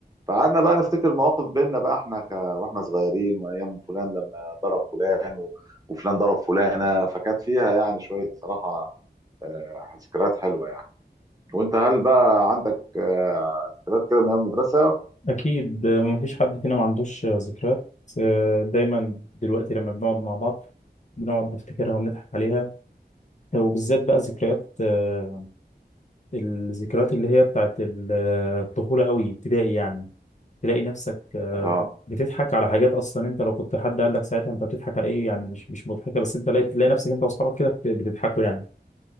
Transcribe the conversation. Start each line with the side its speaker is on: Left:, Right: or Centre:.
Right: فقعدنا بقى نفتكر مواقف بينا بقى احنا واحنا صغيرين وايام فلان لما ضرب فلان و- وفلان ضرب فلانه فكانت فيها يعني شويه صراحه آه، ذكريات حلوه يعني وانت هل بقى عندك آه، ذكريات كده من ايام المدرسه؟
Left: اكيد آه، مفيش حد فينا ما عندوش آه، ذكريات آه، دايما دلوقتي لما بنقعد مع بعض بنقعد نفتكرها ونضحك عليها وبالذات بقى ذكريات آه، الذكريات اللي هي بتاعت ال- آه، الطفولة قوي ابتدائي يعني تلاقي نفسك آه،
Right: اه
Left: بتضحك على حاجات اصلا انت لو كنت حد قال لك ساعتها انت بتضحك على ايه يعني مش مش مضحكه بس انت تلاقي تلاقي نفسك انت واصحابك كده بت- بتضحكوا يعني